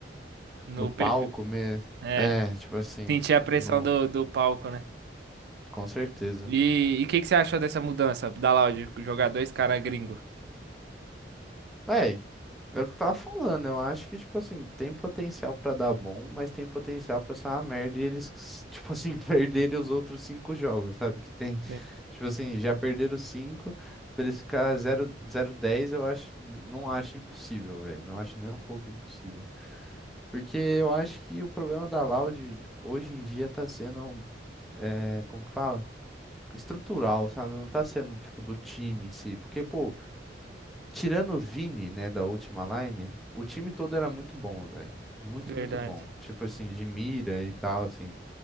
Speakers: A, on the right; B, in the centre.
A: No
B: no palco
A: PV...
B: mesmo.
A: É,
B: É, tipo assim,
A: sentir a pressão
B: no,
A: do, do palco, né?
B: com certeza.
A: E o que, que você achou dessa mudança da Loud, jogar dois caras gringo?
B: Véi, Era o que eu tava falando, eu acho que, tipo assim, tem potencial pra dar bom, mas tem potencial pra ser uma merda e eles, <laughs> tipo assim, perderem os outros cinco jogos, sabe? Que tem,
A: Sim,
B: tipo assim, já perderam cinco, pra eles ficar zero zero dez, eu acho, não acho impossível, velho. Não acho nem um pouco impossível. Porque eu acho que o problema da Loud hoje em dia tá sendo, é, como que fala? Estrutural, sabe? Não tá sendo, tipo, do time em si. Porque, pô, Tirando o Vini, né, da última line, o time todo era muito bom, velho. Muito,
A: verdade.
B: muito bom. Tipo assim, de mira e tal, assim.